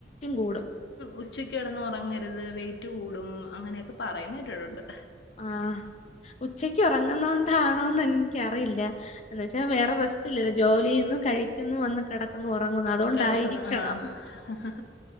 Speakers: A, on the left; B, on the left.
A: കൂടും
B: ഉച്ചക്ക് ഇടന്ന് ഉറങ്ങരുത് വെയിറ്റ് കൂടും അങ്ങനെയൊക്കെ പറയുന്നേറ്റിട്ടുണ്ട്
A: ആ ഉച്ചക്ക് ഉറങ്ങുന്ന കൊണ്ടാണോന്ന് എനിക്കറിയില്ല എന്ന വച്ചാ വേറെ റെസ്റ്റില്ലല്ലോ ജോലി കഴിക്കുന്നുവന്ന് കിട ഉറങ്ങുന്നു അതുകൊണ്ടായിരിക്കണം
B: കിടക്കുന്നു ആഹ്